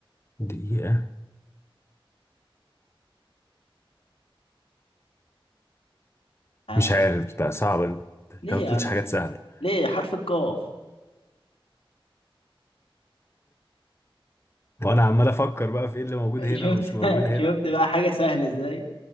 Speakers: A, on the left (about 25°); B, on the left (about 85°).
A: دقيقة
B: آه،
A: مش عارف ده صعب انت انت
B: ليه
A: ما بتقولش
B: يا عم
A: حاجات سهلة
B: ليه حرف القاف
A: وانا عمال افكر بقى في ايه اللي موجود هنا
B: شفت
A: ومش موجود
B: <laughs>
A: هنا
B: شفت بقى حاجة سهلة ازاي